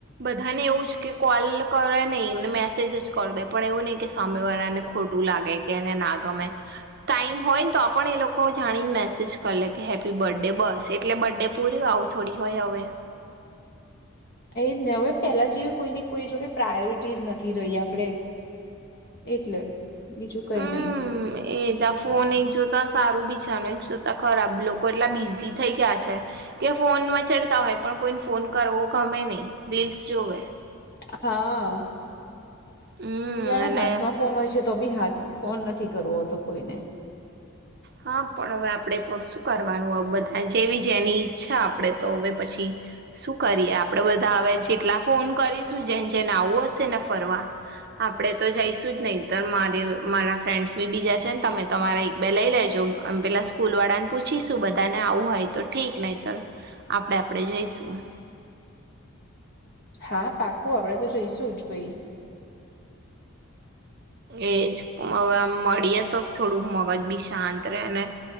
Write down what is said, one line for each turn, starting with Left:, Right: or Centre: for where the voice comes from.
Right: બધાને એવું જ કે કોલ કરે નહીંને મેસેજ જ કરી દે પણ એવું નહી કે સામેવાળાને ખોટું લાગે કે એને ના ગમે ટાઈમ હોય ને તો પણ એ લોકો જાણીને મેસેજ કરી લે કે હેપી બર્થડે બસ એટલે બર્થડે પૂરી આવું થોડી હોય હવે
Left: એજ ને હવે પહેલા જેવી કોઈને કોઈ જોડે પ્રાયોરિટી નથી આપડે એટલે બીજું કંઈ
Right: હમ
Left: નહી
Right: એજ આ ફોન એક જોતા સારું બી છે અને એક જોતા ખરાબ લોકો એટલા બીઝી થઈ ગયા છે કે ફોનમાં ચડતા હોય પણ કોઈને ફોન કરવો ગમે નહી રીલ્સ જોવે
Left: હાઅઅ
Right: હમ
Left: જેના
Right: અને
Left: હાથમાં ફોન હોય છે તો બી હાથ ફોન નથી કરવો કોઈને
Right: હા પણ હવે આપણે પણ શું કરવાનું બધા જેવી જેની ઈચ્છા આપણેે તો હવે પછી શું કરીએ આપડે બધા હવે જેટલા ફોન કરીશું જેન જેને આવું હશે ને ફરવા આપડે તો જઈશું જ નહી મારે મારા ફ્રેન્ડ્સ બી બીજા છે ને તમે તમારા એક બે લઈ લેજો આમ પેલા સ્કૂલવાળા ને પૂછી શું બધા ને આવું હોય તો ઠીક નહી તો આપણે આપડે જઈશું
Left: હા પાકું આપડે તો જઈશું જ ભઈ.
Right: એજ હવે મળીએ, તો થોડુંક મગજ બી શાંત રેને.